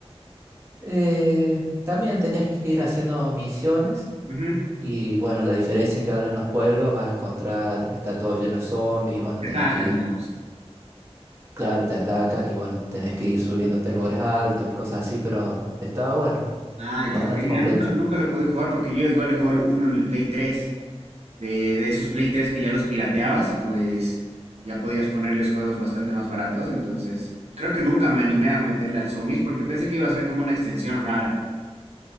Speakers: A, on the right; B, on the right.
A: Eh, también tenías que ir haciendo misiones
B: Ujú,
A: y bueno, la diferencia es que ahora en los pueblos vas a encontrar que está todo lleno de zombies y bueno,
B: Te
A: tenés
B: atacan,
A: que ir,
B: digamos.
A: claro, te atacan y bueno, tenés que ir subiéndote a lugares altos y cosas así, pero estaba bueno,
B: Ah, ya,
A: bastante
B: ok, mira,
A: completo.
B: nunca, nunca lo he podido jugar porque yo igual le juego el uno en el Play 3 de, de esos Play 3 que ya los pirateabas y pues ya podías ponerles juegos bastante más baratos. Entonces, creo que nunca me animé a meterle al Zombies porque pensé que iba a ser como una extensión rara.